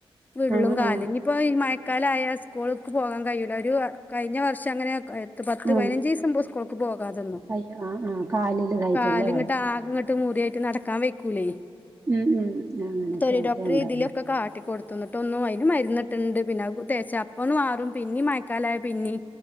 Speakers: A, on the left; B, on the right.
A: വിള്ളും
B: ആഹ്
A: കാല്
B: ആഹ്
A: ഇനിപ്പോ ഈ മയക്കാലയാ സ് ക്കൂൾക്ക് പോകാൻ കയൂല്ല ഒരു കഴിഞ്ഞ വർഷം അങ്ങനെ എട്ട് പത്ത്
B: ആഹ്
A: പയ്നഞ്ചീസം വള് ക്കൂൾക്ക് പോകാതന്നു
B: അയ്യോ ആഹ് ആഹ് കാലില് ഇതായിട്ടല്ലേ
A: കാല്ങ്ങട്ട് ആകങ്ങട്ട് മുറിയായിട്ട് നടക്കാൻ വെയ്ക്കൂലേ
B: ഉം ഉം അങ്ങനൊക്കെ
A: തൊലി
B: ആയിട്ട്
A: ഡോക്ടർ
B: എന്താവുല്ലേ
A: ഇതിലൊക്കെ കാട്ടി കൊടു ത്തു ന്നട്ടൊന്നും അയ്ന് മരുന്ന്ട്ട്ണ്ട് പിന്നെ അത് തേച്ച അപ്പം ഒന്നു മാറും പിന്നിം മയക്കാലായ പിന്നിം